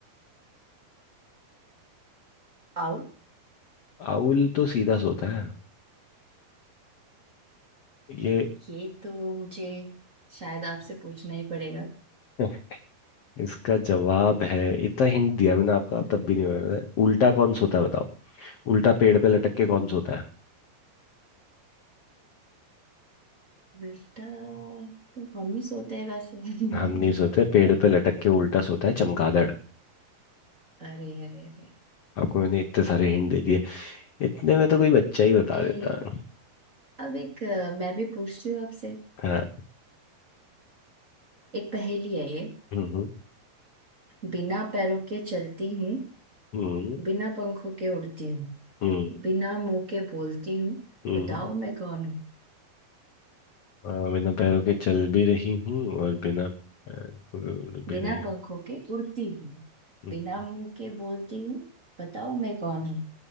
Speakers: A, on the right; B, on the left.
A: आउट
B: आउल तो सीधा सोता है ये
A: ये तो मुझे शायद आपसे पूछना ही पड़ेगा
B: <laughs> इसका जवाब है इतना हिंट दिया मैंने आपका तब भी नहीं बता उल्टा कौन सोता है बताओ उल्टा पेड़ पे लटक के कौन सोता है
A: बेटा तुम हम ही सोते हैं वैसे
B: हम नहीं सोते
A: <laughs>
B: पेड़ पे लटक के उल्टा सोता है चमगादड़
A: अरे अरे अरे
B: आपको मैंने इतने सारे हिंट दे दिए इतने में तो कोई बच्चा ही बता
A: ए,
B: देता है
A: अब एक अ, मैं भी पूछती हूँ आपसे
B: हाँ
A: एक पहेली है ये
B: हम्म हम्म
A: बिना पैरों के चलती हूँ
B: हम्म
A: बिना पंखों के उड़ती हूँ
B: हम्म
A: बिना मुंह के बोलती हूँ
B: हम्म।
A: बताओ मैं कौन हूँ
B: हाँ, बिना पैरों के चल भी रही हूँ और बिना पैर को उड़ भी
A: बिना
B: रही हूँ
A: पंखों के उड़ती हूँ
B: हम्म,
A: बिना
B: हम्म।
A: मुंह के बोलती हूँ बताओ मैं कौन हूँ